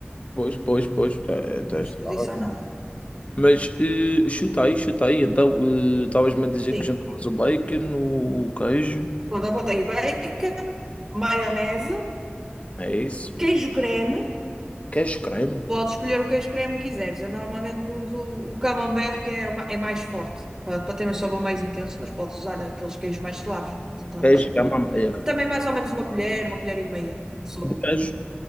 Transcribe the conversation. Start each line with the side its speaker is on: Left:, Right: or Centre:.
Left: Pois, pois, pois. Tá-
Right: Não
Left: tá-
Right: desperdiçar
Left: está bom.
Right: nada.
Left: Mas eh, chuta aí, chuta aí. Então, eh, estavas-me a dizer
Right: Sim.
Left: que jantavas o bacon, o queijo.
Right: Pronto, apontei bacon, maionese,
Left: É isso.
Right: queijo creme.
Left: Queijo creme.
Right: Podes escolher o queijo creme que quiseres. Eu normalmente uso o camembert, que é, o ma- é mais forte, para, para ter um sabor mais intenso, mas podes usar aqueles queijos mais suaves, não é? Tá-
Left: Queijo
Right: sem problema.
Left: camembert.
Right: Também mais ou menos uma colher, uma colher e meia de sopa,
Left: De queijo.